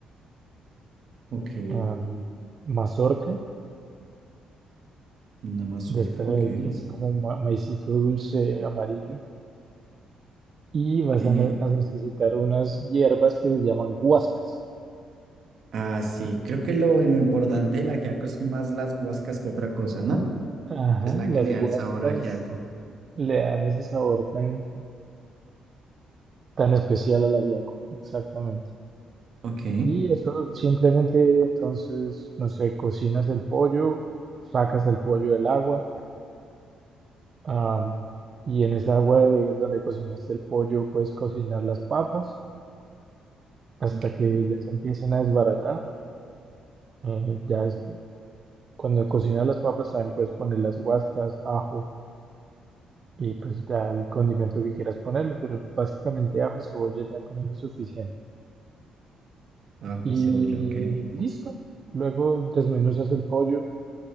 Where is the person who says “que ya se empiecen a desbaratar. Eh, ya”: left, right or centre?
Right